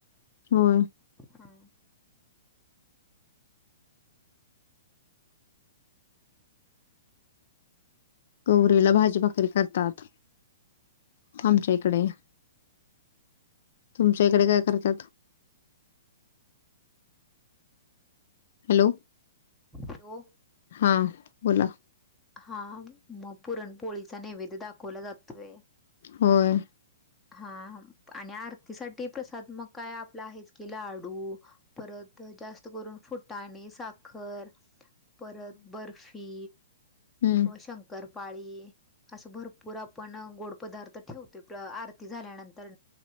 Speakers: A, on the left; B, in the centre.
A: होय.
B: हा.
A: गौरीला भाजी भाकरी करतात, आमच्या इकडे. तुमच्या इकडे काय करतात. हॅलो.
B: हॅलो.
A: हां बोला.
B: हा मग पुरणपोळीचा नैवेद्य दाखवला जातोय.
A: होय.
B: हा आणि आरतीसाठी प्रसाद मग काय आपला आहेच की लाडू परत जास्त करून फुटाणे, साखर. परत बर्फी
A: हम्.
B: व शंकरपाळी. असं भरपूर आपण गोड पदार्थ ठेवतोय आरती झाल्यानंतर